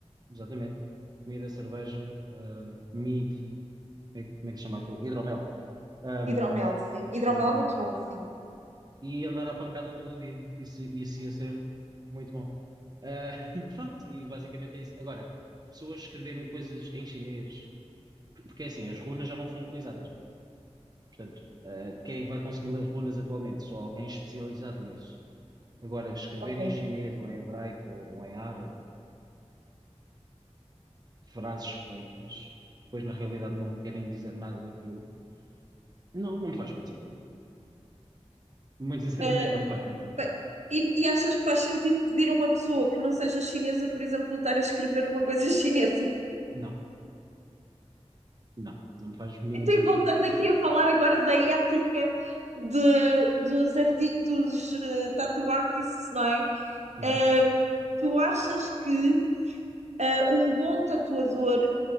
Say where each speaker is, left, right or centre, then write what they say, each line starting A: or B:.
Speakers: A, on the right; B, on the right.
A: exatamente. Comida, cerveja, ah, mead, como é, que como é que se chama aquilo? Hidromel. Ahm,
B: Hidromel, sim. Hidromel
A: exatamente.
B: é muito bom, sim.
A: E andar à pancada todo o dia. Isso, isso ia ser muito bom. Ah, <laughs> pronto, e basicamente é isso. Agora, pessoas escreverem coisas em chinês, por- porque é assim, as runas já não são utilizadas. Portanto, ah, quem é que vai conseguir ler runas atualmente? Só alguém especializado nisso. Agora, escrever
B: Ok.
A: em chinês ou em hebraico ou, ou em árabe. frases feitas, que depois na realidade não querem dizer nada daquilo. Não, não me faz muito sentido. Muito sinceramente,
B: Ah,
A: não me faz muito sentido.
B: bem, e, e achas que faz sentido pedir a uma pessoa que não seja chinesa, por exemplo, estar a escrever uma coisa <laughs> chinesa?
A: Não, não, não me faz mínimo
B: Então,
A: sentido.
B: e voltando aqui a falar agora da ética de- dos, arti- dos eh, tattoo artists, não é?
A: Uhum,
B: Ah, tu achas que ah, um bom tatuador